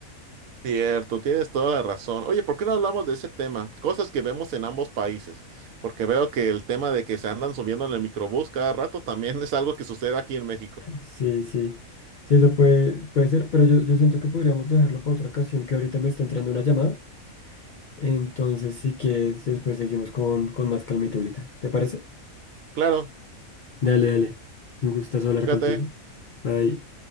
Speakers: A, on the right (about 80°); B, on the left (about 75°).
A: Cierto, tienes toda la razón. Oye, ¿por qué no hablamos de ese tema? Cosas que vemos en ambos países, porque veo que el tema de que se andan subiendo en el microbús cada rato también <laughs> es algo que sucede aquí en México.
B: Sí, sí, sí, lo puede, puede ser, pero yo, yo siento que podríamos dejarlo para otra ocasión, que ahorita me está entrando una llamada. Entonces, si quieres, después seguimos con, con más calmita ahorita. ¿Te parece?
A: Claro,
B: Dale, dale. Un gustazo hablar
A: cuídate.
B: contigo. Bye.